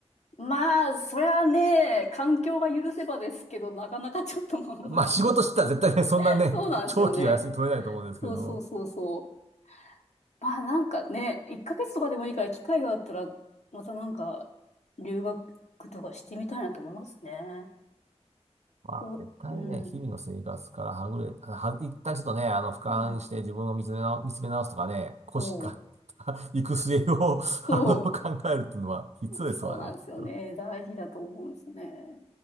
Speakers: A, on the left; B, on the right.
A: まあ、そりゃね、環境が許せばですけど、なかなかちょっとまあ難しい。
B: <laughs> まあ、仕事してたら絶対ね、そんなね、
A: <laughs> そうなんですよね。
B: 長期は休み取れないと思うんですけども。
A: そうそうそうそう。まあなんかね、1ヶ月とかでもいいから機会があったら、またなんか留学とかしてみたいなと思いますね。
B: まあ、
A: と、
B: 絶対にね、
A: うん、
B: 日々の生活からはぐれ、は、一旦ちょっとね、あの、俯瞰して自分を見つめな、
A: うん、
B: 見つめ直すとかね、腰から
A: そう、
B: <laughs> 行く末を <laughs>
A: そう、
B: あの、考えるっていうのは必要ですわね、
A: そうなんですよね。
B: きっと。
A: 大事だと思うんですね。